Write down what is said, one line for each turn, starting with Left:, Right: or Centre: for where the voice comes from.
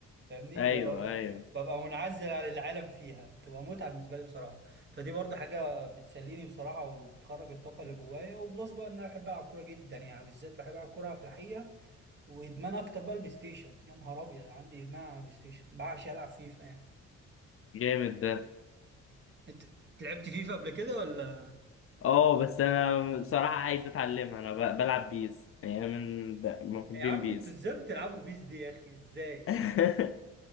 Right: فاهمني
Left: ايوه
Right: لما ببقى
Left: ايوه
Right: ببقى منعزل عن العالم فيها بتبقى متعة بالنسبة لي بصراحة فدي برضه حاجة بتسليني بصراحة وبتخرج الطاقة اللي جوايا وبلس بقى ان انا بحب العب كورة جدا يعني بالذات بحب العب كورة في الحقيقة وادمان اكتر بقى البلاي ستيشن يا نهار ابيض عندي ادمان على البلاي ستيشن بعشق العب فيفا يعني
Left: جامد ده
Right: انت لعبت فيفا قبل كده ولا
Left: اه بس انا بصراحة عايز اتعلمها انا ب- بلعب بيس يعني من ب- محبين
Right: يا عم
Left: بيس
Right: انتوا ازاي بتلعبوا بيس دي يا اخي ازاي
Left: <laughs>